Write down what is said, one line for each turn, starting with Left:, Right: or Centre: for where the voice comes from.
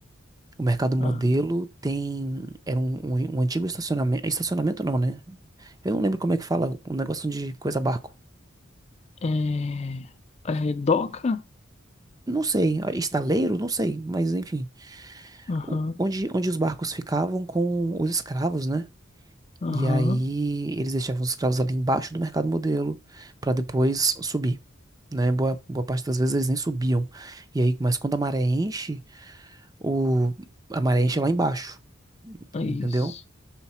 Right: O Mercado Modelo
Left: Ah,
Right: tem. Era um, um, um antigo estacionamento. Estacionamento não, né? Eu não lembro como é que fala. Um negócio de coisa barco.
Left: É, é doca?
Right: Não sei. ah, Estaleiro? Não sei. Mas enfim.
Left: Aham,
Right: o- onde, onde os barcos ficavam com os escravos, né?
Left: aham,
Right: E aí eles deixavam os escravos ali embaixo do Mercado Modelo para depois subir. Né? Boa, boa parte das vezes eles nem subiam. E aí, mas quando a maré enche, o, a maré enche lá embaixo.
Left: é
Right: Entendeu?
Left: isso.